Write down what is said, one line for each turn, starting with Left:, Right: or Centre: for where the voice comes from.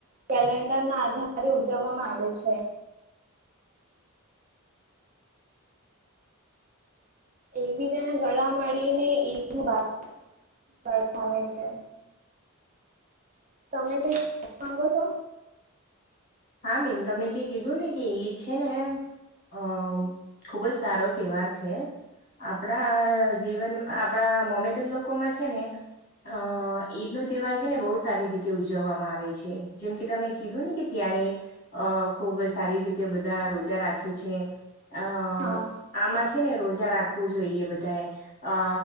Right: કેલેન્ડરના આધારે ઉજવવામાં છે. એકબીજાને ગળા મળીને, ઇદ મુબારક કરતા હોય છે. તમે કંઈક માગો છો?
Left: હા, બેન તમે જે કીધું ને કે ઈદ છે ને અ.. ખૂબ જ સારો તહેવાર છે, આપણા જીવન આપણા મોમેડન લોકોમાં છે ને અ.. ઈદ નો તહેવાર છે ને, બહુ સારી રીતે ઉજવવામાં આવે છે, જેમ કે તમે કીધું ને કે ત્યારે- અ ખુબ સારી રીતે બધા રોજા રાખે છે. અ
Right: હા
Left: આમાં છે ને, રોજા રાખવું જોઈએ, બધાએ અ